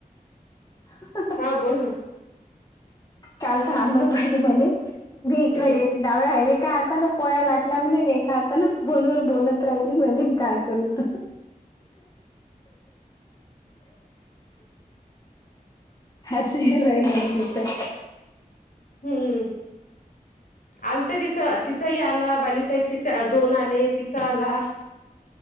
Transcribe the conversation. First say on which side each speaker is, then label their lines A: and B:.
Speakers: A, on the left (about 25°); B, on the left (about 65°).
A: ह
B: हा बोल ना.
A: चालत आम्रपाली म्हणे बी इकड
B: हम्म
A: येत डाव्या एका हातानं पोळ्या लाटल्या म्हणे, एका हातानं फोनवर बोलत राहिली म्हणे. काय करू त असे ही राहिले लोकं.
B: हम्म आलतं तिचं तिचही आला बाली ताईची चे दोन आले, तिचा आला.